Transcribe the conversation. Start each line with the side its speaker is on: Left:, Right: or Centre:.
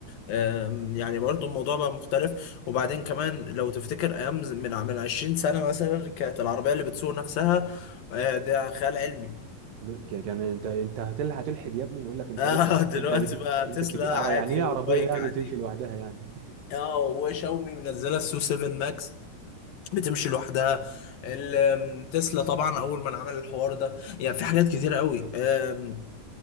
Left: آم، يعني برضو الموضوع بقى مختلف وبعدين كمان لو تفتكر ايام ز- من ع- من 20 سنة مثلا كانت العربية اللي بتسوق نفسها آه، ده خيال علمي
Right: ب- ك- كان انت انت هتل- هتلحد يا ابني يقول لك انت
Left: اه
Right: ايه
Left: <laughs> دلوقتي
Right: انت بت...
Left: بقى
Right: انت
Left: تسلا
Right: بتجي يعني
Left: عادي
Right: ايه
Left: وبايك
Right: عربيه يعني
Left: عادي
Right: تمشي لوحدها يعني
Left: اه وشاومي منزلة السو 7 ماكس بتمشي لوحدها ال- تسلا طبعا اول ما عمل الحوار ده يعني في حاجات كتيره قوي أم،